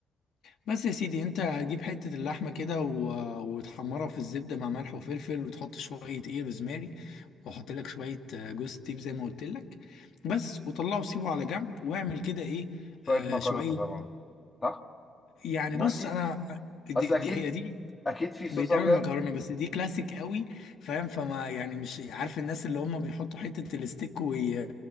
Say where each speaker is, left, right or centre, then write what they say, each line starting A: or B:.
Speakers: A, on the left; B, on the left.
A: بس يا سيدي انت هتجيب حتة اللحمة كده و... وتحمرها في الزبدة مع ملح وفلفل وتحط شوية ايه روزماري وحط لك شوية آه، جوز تيب زي ما قلت لك بس وطلعه وسيبه على جنب واعمل كده ايه
B: شويه
A: آه
B: مكرونه
A: شوية
B: طبعا صح
A: يعني
B: ما
A: بص
B: اكيد
A: انا دي,
B: اصل
A: دي
B: اكيد
A: هي دي
B: اكيد في صوص
A: بيتعمل
B: ابيض
A: مكرونة بس دي كلاسيك قوي فاهم فما يعني مش عارف الناس اللي هم بيحطوا حتة الستيك وي...